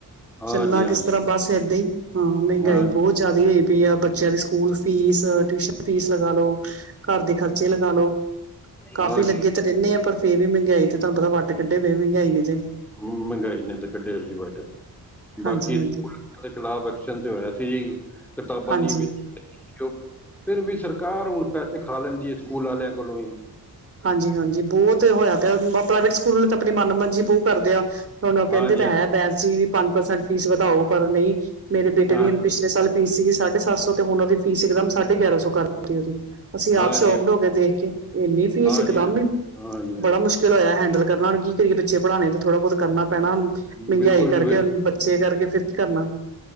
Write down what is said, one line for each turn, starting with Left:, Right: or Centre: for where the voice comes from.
Centre: ਹਾਂਜੀ
Right: ਚੱਲਣਾ
Centre: ਹਾਂਜੀ
Right: ਕਿਸ ਤਰ੍ਹਾਂ ਬੱਸ ਏਦਾਂ ਹੀ ਹਾਂ ਮਹਿੰਗਾਈ
Centre: ਹਾਂ
Right: ਬਹੁਤ ਜ਼ਿਆਦਾ ਹੋਈ ਏ ਤੇ ਆ ਬੱਚਿਆਂ ਦੀ ਸਕੂਲ ਫੀਸ ਟਿਊਸ਼ਨ ਫੀਸ ਲਗਾ ਲੋ। ਘਰ ਦੇ ਖਰਚੇ ਲਗਾ ਲੋ ਕਾਫ਼ੀ
Centre: ਹਾਂਜੀ
Right: ਲੱਗੇ ਤੇ ਰਹਿੰਦੇ ਆ ਪਰ ਫੇਰ ਵੀ ਮਹਿੰਗਾਈ ਤੇ। ਤੁਹਾਨੂੰ ਪਤਾ ਵੱਟ ਕੱਢੇ ਪਏ ਮਹਿੰਗਾਈ ਨੇ ਜੀ
Centre: ਮਹਿੰਗਾਈ ਨੇ ਤਾਂ ਕੱਢਿਆ ਜੀ ਵੱਟ ਬਾਕੀ
Right: ਹਾਂਜੀ ਹਾਂਜੀ
Centre: ਸਕੂਲ ਦੇ ਖਿਲਾਫ਼ ਐਕਸ਼ਨ ਤੇ ਹੋਇਆ ਸੀ ਜੀ ਕਿਤਾਬਾਂ
Right: ਹਾਂਜੀ
Centre: ਨੀ ਵੇਚਣੀਆ। ਕਿਉ ਫਿਰ ਵੀ ਸਰਕਾਰ ਹੁਣ ਪੈਸੇ ਖਾ ਲੈਂਦੀ ਹੈ ਸਕੂਲ ਵਾਲਿਆਂ ਕੋਲੋਂ ਹੀ।
Right: ਹਾਂਜੀ-ਹਾਂਜੀ, ਬਹੁਤ ਹੋਇਆ ਪਿਆ! ਪ੍ਰਾਈਵੇਟ ਸਕੂਲ ਤੇ ਆਪਣੀ ਮਨ ਮੰਜੀ ਬੂਹ ਕਰਦੇ ਆ, ਹੁਣ ਕਹਿੰਦੇ
Centre: ਹਾਂਜੀ
Right: ਤਾਂ
Centre: ਹਾਂ
Right: ਹੈ, ਬੈਂਸ ਜੀ ਵੀ! ਪੰਜ ਪਰਸੈਂਟ ਫੀਸ ਵਧਾਓ, ਪਰ ਨਹੀਂ, ਮੇਰੇ ਬੇਟੇ
Centre: ਹਾਂ
Right: ਦੀ ਪਛ ਪਿਛਲੇ ਸਾਲ, ਫੀਸ ਸੀਗੀ ਸਾਢੇ ਸੱਤ ਸੌ, ਤੇ ਹੁਣ ਉਹਦੀ ਫੀਸ ਇੱਕਦਮ, ਸਾਢੇ ਗਿਆਰਾਂ ਸੌ ਕਰ ਦਿੱਤੀ ਉਹਦੀ! ਅਸੀਂ,
Centre: ਹਾਂਜੀ
Right: ਆਪ ਸ਼ੌਕਢ ਹੋ ਗਏ ਦੇਖ ਕੇ, ਇੰਨੀ
Centre: ਹਾਂਜੀ
Right: ਫੀਸ ਇਕਦਮ
Centre: ਹਾਂ
Right: ਨ
Centre: ਹਾਂਜੀ ਹਾਂ
Right: ਬੜਾ ਮੁਸ਼ਕਿਲ ਚਲੋ ਹੈਂਡਲ ਕਰਨਾ,
Centre: ਹਾਂ
Right: ਉਹ ਕੀ ਕਰੀਏ ਬੱਚੇ ਪੜ੍ਹਾਣੇ ਤੇ ਥੋੜ੍ਹਾ-ਬਹੁਤ ਕਰਨਾ ਪੈਣਾ, ਹੁਣ ਮਹਿੰਗਾਈ,
Centre: ਬਿਲਕੁਲ ਜੀ
Right: ਕਰਕੇ
Centre: ਬਿਲ
Right: ਬੱਚੇ ਕਰਕੇ, ਫਿਰ ਕੀ ਕਰਨਾ।